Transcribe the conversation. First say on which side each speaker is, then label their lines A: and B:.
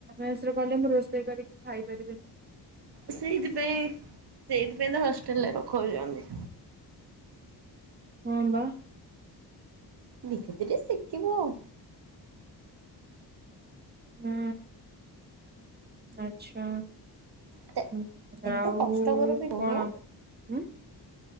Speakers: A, on the right; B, on the right.
A: ମେସ ରେ କଲେ ମୁଁ ରୋଷେଇ କରିକି ଖାଇପାରିବି।
B: ସେଇଥିପାଇଁ ସେଇଥିପାଇଁ ତ ହଷ୍ଟେଲରେ ରଖଉଛନ୍ତି।
A: ହଁ ବା।
B: ଧିରେ ଧିରେ ଶିଖିବ ଆଉ।
A: ହୁଁ ଆଚ୍ଛା।
B: ଏତେ
A: ହୁଁ
B: ଏତେ
A: ଆଉ
B: କଷ୍ଟକର ବି ନୁହେଁ।
A: କଣ ହ।